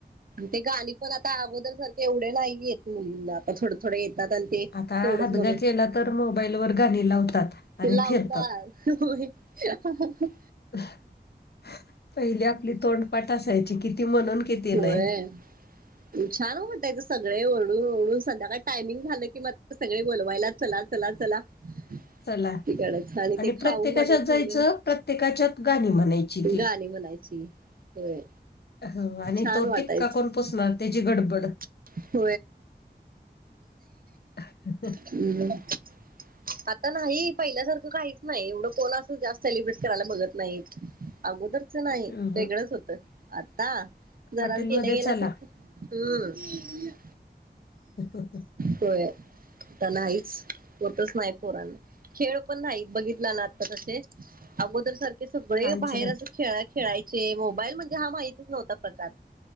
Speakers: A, on the right; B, on the left.
A: ते गाणी पण आता आगोदर सार एवढे नाही येत मुलींना आता थोडं थोडे येतात आणि ते
B: आता
A: तेवढंच
B: हादगा
A: म्हणून
B: केला तर मोबाईलवर गाणी लावतात. आणि
A: लावता
B: फिरतात
A: होय <unintelligible>
B: पहिली आपली तोंडपाठ असायची किती म्हणून किती
A: होय
B: नाही.
A: छान वाटायच सगळे ओरडून ओडून संध्याकाळ टायमिंग झालं की म सगळे बोलवायला चला चला चला. हाती
B: चला
A: कडायचं आणि ते खाऊ
B: प्रत्येकाच्यात
A: मध्ये ठेवलेल,
B: जायचं प्रत्येकाच्यात गाणी म्हणायची ती
A: गाणी म्हणाय ची होय.
B: हो आणि
A: छान
B: तो
A: वाटायचं
B: टिपका कोन पुसणार त्याची गडबड.
A: <inaudible>
B: <unintelligible>
A: <unintelligible> आता नाही पहिल्यासारखं काहीच नाही एवढं कोण आस जास्त सेलिब्रेट करायला बघत नाहीत. आगोदरच नाही
B: हम्म.
A: वेगळंच होत आता जरा
B: हॉटेलमध्ये
A: केल्या केल्यासारखं
B: चला
A: हम्
B: अहं,
A: होय आता नाहीच. तच नाही पोरांन खेळ पण नाही बघितला ना आता ते आगोदर सार के सगळे
B: काहीच
A: बाहेर
B: नाही
A: अस खेळा खेळायचे मोबाईल म्हणजे हा माहितच नव्हता प्रकार